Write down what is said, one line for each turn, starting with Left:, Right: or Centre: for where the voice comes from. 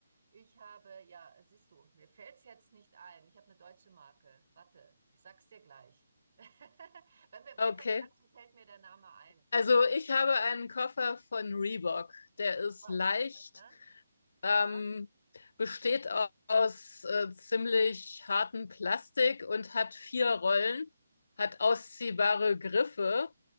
Right: ich habe, ja, siehst du, mir fällt's jetzt nicht ein. Ich habe eine deutsche Marke. Warte, ich sag's dir gleich. <laughs> Wenn wir weiter
Left: okay.
Right: quatschen, fällt mir der Name ein.
Left: Also ich habe einen Koffer von Reebok. Der ist
Right: Wow.
Left: leicht.
Right: Ne?
Left: Ähm,
Right: Ja.
Left: besteht au- aus äh, ziemlich hartem Plastik und hat vier Rollen, hat ausziehbare Griffe